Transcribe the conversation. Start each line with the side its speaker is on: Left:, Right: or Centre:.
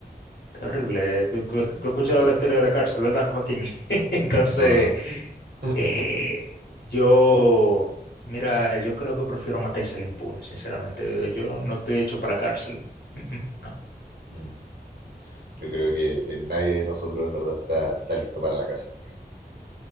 Left: Terrible. Tú, tú- tú has escuchado
Right: Sí.
Left: la historia de la cárcel, ¿verdad, Joaquín? <laughs> Entonces,
Right: No, no. <laughs>
Left: eh, yo, mira, yo creo que prefiero matar y al impune, sinceramente. Yo no estoy hecho para la cárcel. Mm, mm, no.
Right: Mm. Yo creo que eh, nadie de nosotros en verdad está, está listo para la cárcel, digamos.